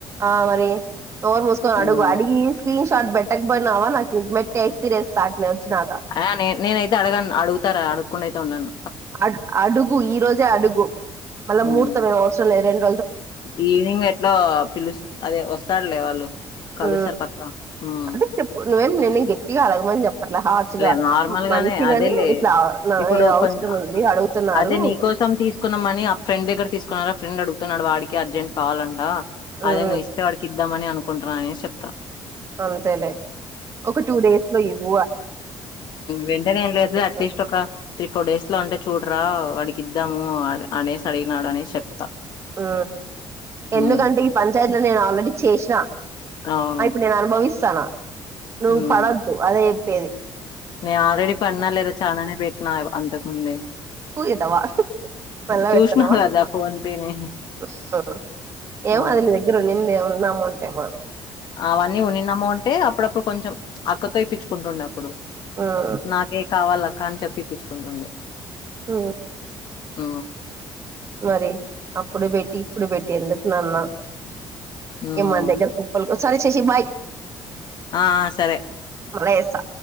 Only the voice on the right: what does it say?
ఆ మరి ఓరు మూసుకొని
అడుగు అడిగి ట్ పెట్టకపోయినావా నాకు ఇం మట్టి వేస్తరేస్తట్నే వచ్చ నాక
అ అడుగు ఈ రోజే అడుగు మళ్ళా
ముహూర్తం ఏం అవసరం లేదండి
ఉ
అదే చెప్పు నువ్వేం నిన్న గట్టిగా అడగమని చెప్ప అట్లా హార్ట్ గా
మంచిగానే
ఇట్లా
అవసరం
ఉంది అడుగుతున్నారు
ఉమ్
అంతేలే ఒక టూ డేస్ లో ఇవ్
లో
ఉ
ఎందుకంటే ఈ పంచాయతీలో నేను ఆల్రెడీ చేసిన
ఇప్పుడు నేను అనుభవిస్తా నా నువ్వు
పడద్దు అదే చెప్పేది
తు ఎదవ <unintelligible>
ఏమో
అదిని దగ్గర నింది ఉన్నాము అంటే మానకు
ఉమ్
ఆ
మరి అప్పుడు పెట్టి ఇప్పుడు పెట్టి ఎందుకు నాన్న
ఏ మన దగ్గర కుప్పలు సరే చేసి బాయ
మల్లా చేస్తా